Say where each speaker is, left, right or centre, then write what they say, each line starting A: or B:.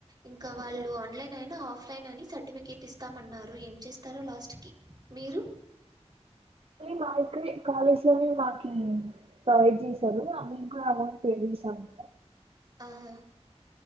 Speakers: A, on the right; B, on the right.
A: ఇంకా
B: ఓకే
A: వాళ్ళు ఆన్లైన్ అయినా ఆఫ్లైన్ అని సర్టిఫికెట్ ఇస్తామన్నారు ఏం చేస్తారో లాస్ట్ కి మీరు
B: మా ఇక్కడే కాలేజ్ లోని మాకి ప్రొవైడ్ చేశారు ఆ మేము కూడా అమౌంట్ పే చేసాం అ
A: ఆహా